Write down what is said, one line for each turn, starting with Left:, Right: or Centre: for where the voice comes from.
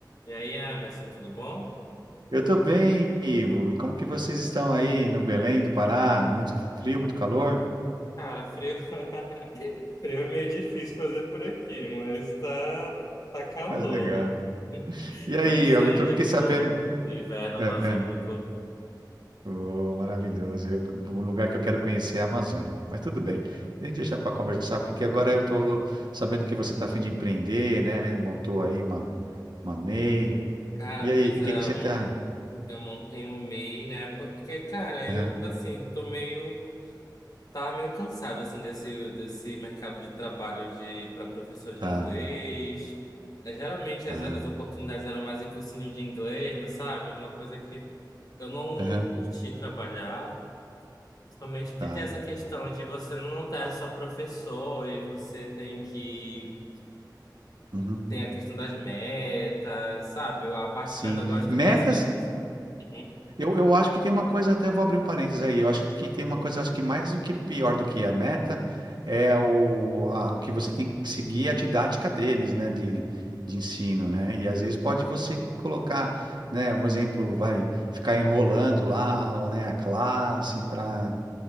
Left: E aí, Emerson, tudo bom?
Right: Eu tô bem, Ivo. E Como que vocês estão aí no Belém do Pará? Muito frio, muito calor?
Left: Cara, frio... <laughs> frio é meio difícil fazer por aqui, mas tá, tá calor.
Right: Mas legal.
Left: Estamos
Right: E aí, eu
Left: saindo
Right: tô, fiquei
Left: aqui
Right: sabendo.
Left: do, do inverno amazônico.
Right: É, oh, maravilhoso. Eu, um lugar que eu quero conhecer é a Amazônia. Mas tudo bem. Nem deixar para conversar, porque agora eu tô sabendo que você tá a fim de empreender, né? Montou aí uma, uma MEI.
Left: Cara,
Right: E I. E aí,
Left: pois
Right: o
Left: é,
Right: que que você
Left: eu, mon...
Right: tá?
Left: eu montei um MEI, né? Porque, cara, eu,
Right: Aham,
Left: assim, tô meio Tá meio cansado assim desse desse mercado de trabalho de para professor de
Right: Tá,
Left: inglês. É, geralmente
Right: tá,
Left: as, as oportunidades eram mais em cursinho de inglês, mas sabe, uma coisa que eu não, não
Right: aham,
Left: curti trabalhar, principalmente porque
Right: tá.
Left: tem essa questão de você não estar só professor e você tem que
Right: uhum,
Left: tem a questão das metas, sabe? A parte
Right: Sim.
Left: pedagógica
Right: Metas
Left: parece que às vezes Uhum.
Right: Eu, eu acho que tem uma coisa, até vou abrir um parênteses aí. Eu acho que tem uma coisa, acho que mais do que pior do que a meta é o a, que você tem que seguir a didática deles, né, de, de ensino, né? E às vezes pode você colocar, né, um exemplo, vai ficar enrolando lá, ou né, a classe para